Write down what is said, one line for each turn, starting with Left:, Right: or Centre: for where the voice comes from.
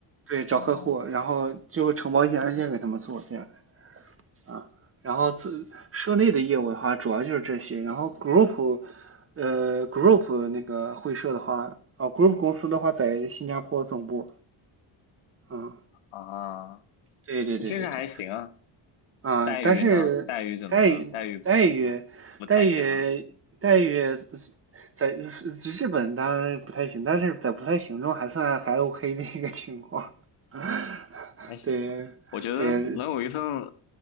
Right: 对找客户，
Left: 哦
Right: 然后就会承包一些案件给他们做，这样。啊，然后自社内的业务的话，主要就是这些。然后 group，呃，group 那个会社的话，啊，group 公司的话在新加坡总部。嗯，
Left: 啊，
Right: 对对对对对。
Left: 听着还行啊。
Right: 啊，
Left: 待遇呢？
Right: 但是待遇待遇待遇待遇
Left: 待遇怎么样？待遇不太行啊，
Right: 在日日本当然不太行，但是在不太行中还算还 OK 的一个情况。<laughs>
Left: 还行。
Right: 对对，
Left: 我觉得能有一份